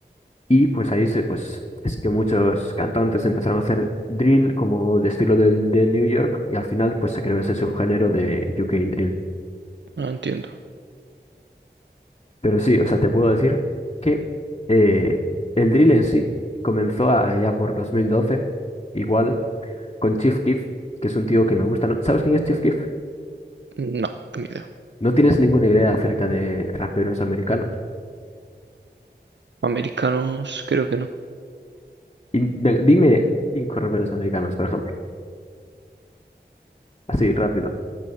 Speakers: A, on the left; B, on the right.
A: Y pues ahí se, pues sí que muchos cantantes empezaron a hacer drill como de estilo del de New York y al final pues se creó ese subgénero de UK Drill.
B: no entiendo.
A: Pero sí, o sea, te puedo decir que eh, el drill en sí comenzó allá por dos mil doce Igual con Chief Keef, que es un tío que me gusta. ¿no? ¿Sabes quién es Chief Keef?
B: No, ni idea.
A: No tienes ninguna idea acerca de raperos americanos.
B: Americanos, creo que no.
A: Y ven- dime cinco raperos americanos, por ejemplo. Así, rápido.